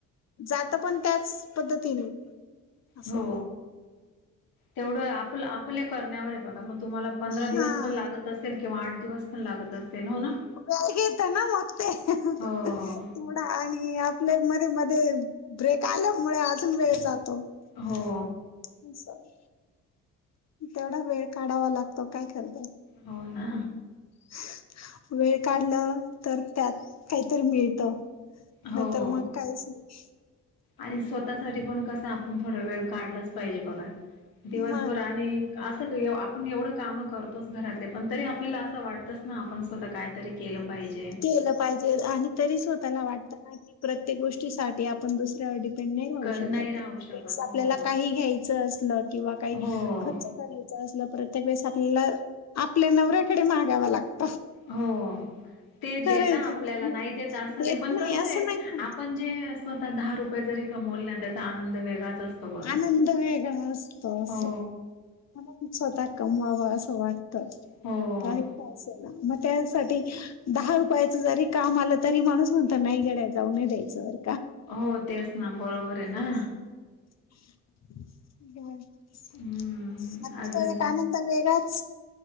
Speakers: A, on the left; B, on the left.
A: जात पण त्याच पद्धतीने. असं
B: हो. तेवढं आपल, आपल्या करण्यावरय बघा मग. तुम्हाला पंधरा
A: हा
B: दिवस पण लागत असेल, किंवा आठ दिवस पण लागत असेल हो ना.
A: घेत ना मग ते <unintelligible>
B: हो
A: थोडा आणि आपले मध्ये - मध्ये ब्रेक आल्यामुळे, अजून वेळ जातो. तो. <unintelligible>
B: हो
A: तेवढा वेळ काढावा लागतो. काय कर
B: हो ना.
A: <unintelligible> वेळ काढलं, तर त्यात काहीतरी मिळत.
B: हो
A: नाई तर मग काहीच नाही.
B: आणि स्वतःसाठी पण कस, आपण थोड वेळ काढलंच पाहिजे बघा. दिवसभर
A: मग
B: आणि असं त एव आपण एवढं काम करतोच घरातले, पण तरी आपल्याला असं वाटतंच ना, आपण स्वतः काय तर केलं पाहिजे.
A: केलं पाहिजे. आणि तरी स्वतःला वाटतं ना की, प्रत्येक गोष्टीसाठी आपण दुस नाही राहू
B: क
A: शकत.
B: नाही राहू
A: एखादे
B: शकत
A: वेळेस आपल्याला
B: हो
A: काही घ्यायचं असलं, किंवा काही
B: हो
A: खर्च करायच <unintelligible> प्रत्येक वेळेस आपल्याला, आपल्या नवऱ्याकडे मागाव लागत.
B: हो. ते देता
A: आहे की
B: आपल्याला, नाही देता असं
A: देत
B: नाही, पण कसय,
A: असं नाही म्हणत
B: आपण जे स्वतः दहा रुपये जरी कमवले ना, त्याचा आनंद वेगळाच असतो. बघा
A: आनंद वेगळा असतो, असं.
B: हो
A: मला स्वतः कमवावा, असं वाटत.
B: हो
A: काही का अस मग त्यासाठी दहा रुपयाच जरी काम आलं, तरी माणूस म्हणत, नाही गड्या जाऊ नाही द्यायचं. अरे
B: हो तेच ना, बरोबरय ना.
A: <unintelligible> <unintelligible>
B: हम्म
A: आ
B: अजून
A: तो एक आनंद वेगळाच!